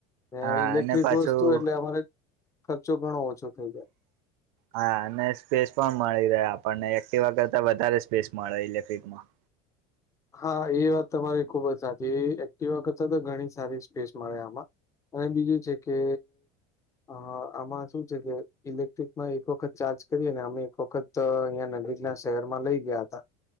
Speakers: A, on the left (about 15°); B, on the right (about 70°).
A: હે
B: હા
A: ઇલેક્ટ્રિક
B: અને પાછું
A: વસ્તુ એટલે અમારે ખર્ચો ઘણો ઓછો થઇ જાય.
B: હા. અને સ્પેસ પણ મળી રહે આપણને, એક્ટિવા કરતા વધારે સ્પેસ મળે ઇલેક્ટ્રિકમાં.
A: હા એ વાત તમારી ખુબ જ સાચી. ઈ એક્ટિવા કરતાં તો ઘણી સારી સ્પેસ મળે આમાં. અને બીજું છે કે હા. આમાં શું છે કે ઇલેક્ટ્રિકમાં એક વખત ચાર્જ કરીએ ને, અમે એક વખત તો ન્યાં નજીકના શહેરમાં લઈ ગિયા તા.